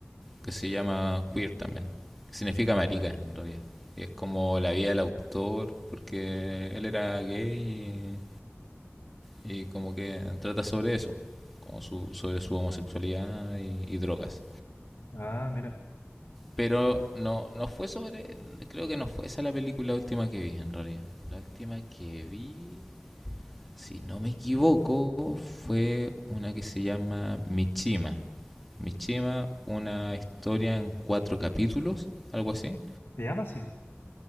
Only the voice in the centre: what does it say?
que se llama Queer también. que Significa marica en realidad. Y es como la vida del autor porque él era gay y, y como que trata sobre eso, como su, sobre su homosexualidad y y drogas.
Pero no, no fue sobre. Creo que no fue esa la película última que vi, en realidad. La última que vi, si no me equivoco, fue una que se llama Michima. Michima, una historia en cuatro capítulos, algo así.